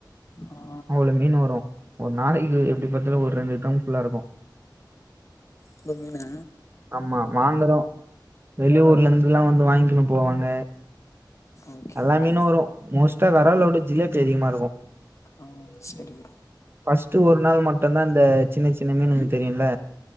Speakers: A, on the left; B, on the right.
A: ஆ
B: அவ்ளோ மீன் வரு ஒரு நாளக்கி எப்டி பாத்தாலு ஒரு ரெண்டு ட்ரம் ஃபுல்லா இருக்கு
A: அவ்ளோ மீனு
B: ஆமா வாங்குறோ வெளி ஊர்ல இருந்துல்லா வந்து வாங்க்கிணு போவாங்க
A: ஓகே
B: எல்லா
A: ஓகே
B: மீனு வரு மோஸ்ட்டா வெறாலோட ஜிலேபி அதிகமா இருக்கு
A: ம் சரி ப்ரோ
B: பஸ்ட்டு ஒரு நாள் மட்டுந்தா இந்த சின்ன சின்ன மீனிருக்கு தெரியுல்ல